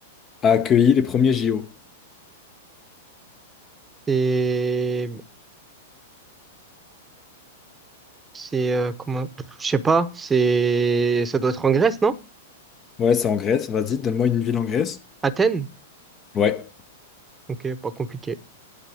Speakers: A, on the left; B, on the right.
A: a accueilli les premiers JO?
B: C'est. C'est. euh, comment. Pff, Je sais pas. C'est. Ça doit être en Grèce, non?
A: Ouais, c'est en Grèce. Vas-y, donne-moi une ville en Grèce.
B: Athènes?
A: Ouais.
B: Ok, pas compliqué.